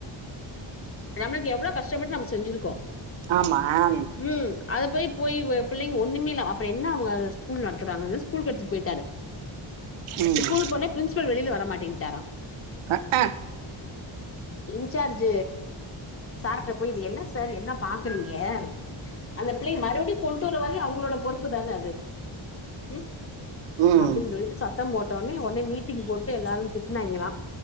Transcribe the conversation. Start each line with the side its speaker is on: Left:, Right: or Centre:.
Left: நம்மளுக்கு எவ்ளோ கஷ்டப்பட்டு நம்ம செஞ்சிருக்கோ
Right: ஆமாம்
Left: ம் அதப்போயி போயி புள்ளைங் ஒண்ணுமே இல்ல அப்பறோ என்ன அவங்க ஸ்கூல் நடத்துறாங்கன்னு ஸ்கூலுகு எடுத்துட்டு போயிட்டாரு
Right: ம்
Left: ஸ்கூலுக் போன பிரின்சிபல் வெளில வரமாட்டேன்டாரா
Right: அஹ
Left: இன்சார்ஜ் சார்ட்ட போயி இது என்ன சார் என்ன பாக்குறீங்க அந்த பிள்ளைங் மறுபடியும் கொண்டு வர வரைக்கும் அவங்களோட பொறுப்பு தான அது ம்
Right: ம்
Left: அப்டின் சொல்லிட்டு சத்தம் போட்டவுன்னே ஒனே மீட்டிங் போட்டு எல்லாரு திட்டினாங்ளா